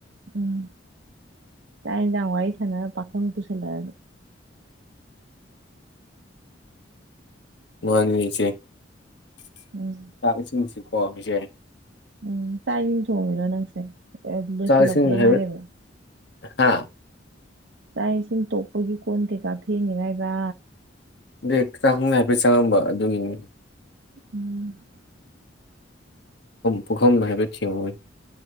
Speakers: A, on the right (about 65°); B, on the left (about 60°).
A: ꯎꯝ ꯇꯥꯏ ꯌꯥ ꯋꯥꯏꯁꯅ ꯄꯥꯈꯣꯟ ꯇꯨꯁꯂꯦ
B: ꯋꯥꯟꯕꯤꯁ
A: ꯎꯝ
B: ꯆꯔ ꯁꯁꯤ ꯍꯣꯝꯁꯅꯦ
A: ꯎꯝ ꯆꯥꯛ ꯏꯅꯤꯡ ꯊꯣꯡꯉꯔꯣ ꯅꯪꯁꯦ ꯂꯣꯏꯁꯤꯜꯂꯛꯄꯗ
B: ꯆꯥꯛ ꯏꯁꯤꯡ ꯍꯥꯏꯕ
A: ꯉꯥꯏꯔꯤꯕ꯭ꯔꯥ
B: ꯍꯥ
A: ꯆꯥꯛ ꯏꯁꯤꯡ ꯇꯣꯛꯄꯒꯤ ꯀꯣꯟ ꯀꯩꯀꯥ ꯐꯦꯡꯉꯦꯔꯏꯕ
B: ꯑꯦꯇꯥꯛꯈꯪꯅ ꯍꯥꯏꯐꯦꯠ ꯆꯪꯉꯝꯕ ꯑꯗꯨꯒꯤꯅꯤ
A: ꯎꯝ
B: ꯄꯨꯈꯝꯅ ꯍꯥꯏꯦꯕ ꯆ ꯃꯣꯏ